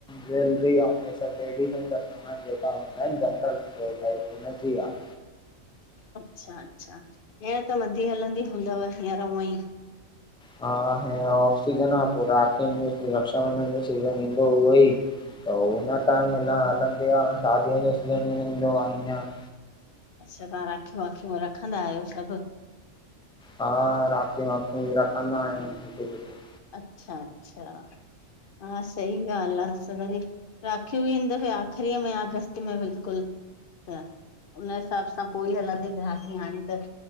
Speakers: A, in the centre; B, on the left (about 50°).
A: ज्वेलरी अंऊ सभ लेडिस जेका हूंदा आहिन जनरल <unintelligible> हुनजी आह।
B: अच्छा अच्छा हींअर त मंदी हलंदी हूंदव हींअर हुअं ई
A: हा हीअर ऑफ सीजन आह। पो राखी जो रक्षाबंधन जो सीजन ईंदो उहो ई त हुन टाइम हलंदी आह। शादीअ जो सीज़न ई ईंदो आह ईअं
B: अच्छा तव्हां राखियूं वाखियूं रखंदा आहयो सभ?
A: हा राखियुं वाखियुं भी रखंदा आहियुं जिते किते
B: अच्छा अच्छा हा सही ॻाल्ह आह सही राखी बी हिन दफे आख़रीअ में आ अगस्त में बिल्कुल। त उन हिसाब सां पोइ हलंदी ग्राहकी हाणें त